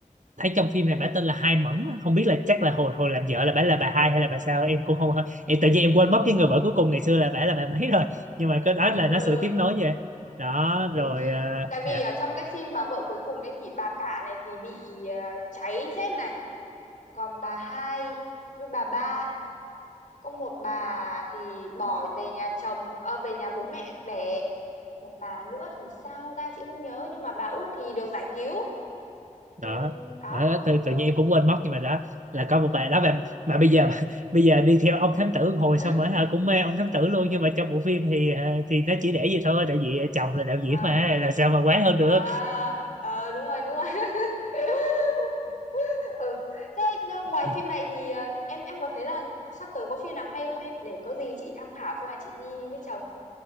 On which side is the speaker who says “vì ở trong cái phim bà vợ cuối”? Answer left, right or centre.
Left